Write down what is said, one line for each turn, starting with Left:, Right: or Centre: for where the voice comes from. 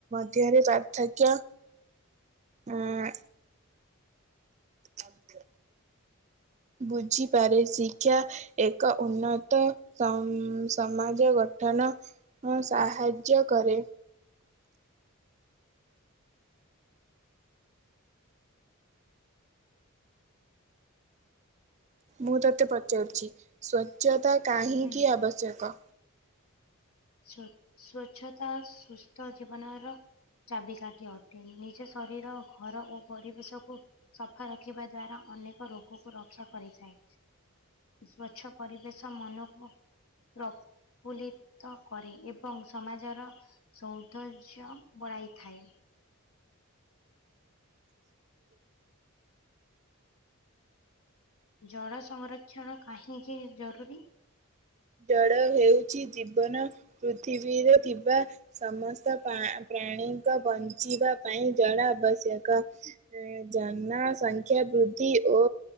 Right: <inaudible> ପାର୍ଥକ୍ୟ। ହଁ। ଆଉତ ବୁଝିପାରେ ଶିକ୍ଷା ଏକ ଉନ୍ନତ ଉ ସମାଜ ଗଠ ଗଠନ ସାହାଯ୍ୟ କରେ। ମୁଁ ତୋତେ ପଚାରୁଛି ସ୍ୱଚ୍ଛତା କାହିଁକି
Left: ହୁଁ
Right: ଆବଶ୍ୟକ?
Left: ସ୍ଵଚ୍ଛତା ସୁସ୍ଥ ଜୀବନର ଚାବିକାଠି ଅଟେ ନିଜ ଶରୀର ଘର ଓ ପରିବେଶକୁୁ ସଫା ରଖିବା ଦ୍ଵାରା ଅନେକ ରୋଗକୁ ରକ୍ଷା କରିଥାଏ ସ୍ଵଚ୍ଛ ପରିବେଶ ମନକୁ ପ୍ରଫୁଲିତ କରେ ଏବଂ ସମାଜର ସୌନ୍ଦର୍ଯ୍ୟ ବଢାଇଥାଏ। ଜଳ ସଂରକ୍ଷଣ କାହିଁକି ଜରୁରୀ?
Right: ଜଡ ହେଉଛି ଜୀବନ ପୃଥିବୀରେ ଥିବା ସମସ୍ତ ପ୍ରାଣି ପ୍ରଣୀଙ୍କ ବଞ୍ଚିବା ପାଇଁ ଜଳ ଆବଶ୍ୟକ ଜନସଂଖ୍ୟା ବୃ ଧି ଓ